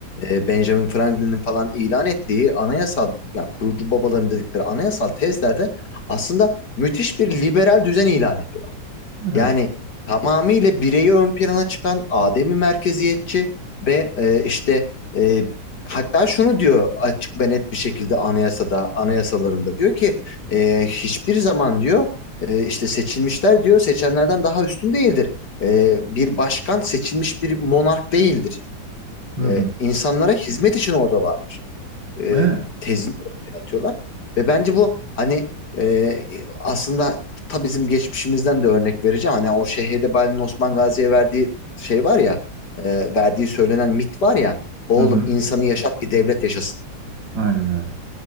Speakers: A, on the left (about 55°); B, on the right (about 70°).
A: e, Benjamin Franklin'in falan ilan ettiği anayasal yani kurucu babaların dedikleri anayasal tezlerde aslında müthiş bir liberal düzen ilan ediyorlar.
B: Evet.
A: Yani tamamıyla bireyi ön plana çıkan Adem'i merkeziyetçi ve e, işte e, hatta şunu diyor açık ve net bir şekilde anayasada, anayasalarında diyor ki e, hiçbir zaman diyor e, işte seçilmişler diyor seçenlerden daha üstün değildir. E, bir başkan seçilmiş bir monark değildir.
B: Hı hı.
A: E, insanlara hizmet için orada vardır e,
B: Evet.
A: tezini ortaya atıyorlar. Ve bence bu hani e, aslında ta bizim geçmişimizden de örnek vereceğim. Hani o Şeyh'de Osman Gazi'ye verdiği şey var ya, e, verdiği söylenen mit var ya, oğlum
B: Hı hı.
A: insanı yaşat ki devlet yaşasın
B: Aynen öyle.